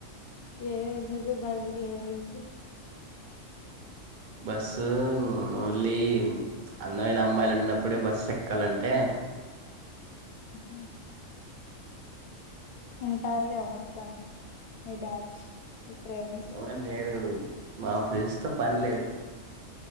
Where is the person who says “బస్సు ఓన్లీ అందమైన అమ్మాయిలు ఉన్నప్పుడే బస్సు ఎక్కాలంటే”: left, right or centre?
Right